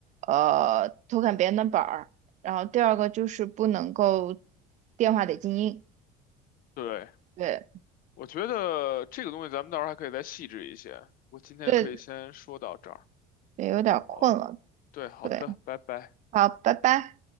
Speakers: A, on the right (about 40°); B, on the left (about 50°).
A: 呃，偷看别人的本儿，然后第二个就是不能够电话得静音。
B: 对。
A: 对
B: 我觉得这个东西咱们到时候还可以再细致一些。我今天可以先说到这儿。
A: 对，也有点儿困了。
B: 好，对，好的，
A: 对，
B: 拜拜。
A: 好，拜拜。